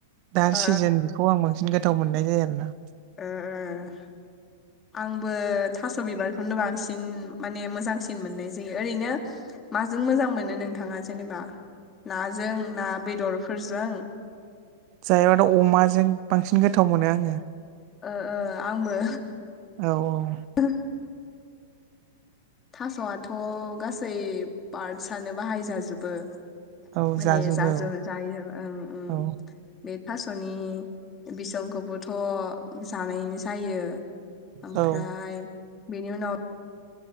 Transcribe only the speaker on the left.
ओ
ओ ओ।
आंबो थास' बिबारखौनो बांसिन माने मोजांसिन मोननाय जायो ओरैनो माजों मोजां मोनो नोंथाङा जेनेबा नाजों ना बेदरफोरजों?
ओ ओ आंबो।
ओ थास'आथ' गासै पार्टसानो बाहाय जाजोबो।
माने
जाजोब जायो ओं ओं।
बे थास'नि बिसंखौबोथ' जानाय जायो। ओमफ्राय
बेनि उनाव